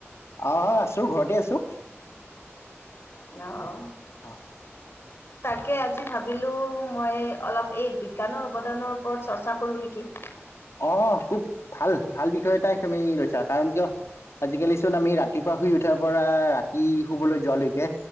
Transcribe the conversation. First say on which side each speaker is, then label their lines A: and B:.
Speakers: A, on the left; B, on the left.
A: অঁ' আছোঁ, ঘৰতে আছোঁ।
B: অ।
A: অহ
B: তাকে আজি ভাবিলোঁ মই অলপ এই বিজ্ঞানৰ অৱদানৰ ওপৰত চৰ্চা কৰোঁ নেকি?
A: অঁ খুব ভাল ভাল বিষয় এটাই তুমি লৈছা, কাৰণ কিয় আজিকালি চোন আমি ৰাতিপুৱা শুই উঠাৰ পৰা ৰাতি শুবলৈ যোৱালৈকে